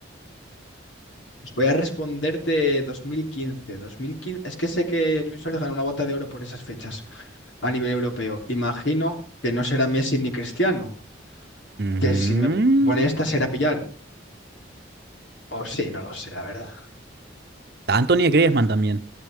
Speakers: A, on the left (about 75°); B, on the right (about 55°).
A: Pues Voy a responderte dos dos mil quince, dos mil quince. Es que sé que Luis Suárez ganó una bota de oro por esas fechas a nivel europeo. Imagino que no será Messi ni Cristiano.
B: Ujú.
A: Que si me pone esta será pillar. O sí, no lo sé, la verdad.
B: Anthony Griezmann también,